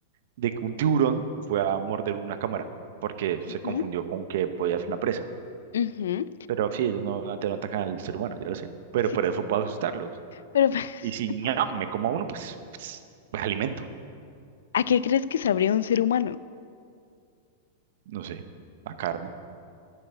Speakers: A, on the right (about 65°); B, on the left (about 85°).
A: de que un tiburón fue a morder una cámara porque se
B: Ujú.
A: confundió con que podía ser una presa.
B: Ujú,
A: Pero sí, ellos no, antes no atacan al ser humano, yo lo sé. Pero
B: Sí,
A: por eso puedo asustarlos.
B: pero
A: Y
B: <laughs>
A: si ñam, me como a uno, pues, pues, pues alimento.
B: ¿a qué crees que sabría un ser humano?
A: No sé, la carne.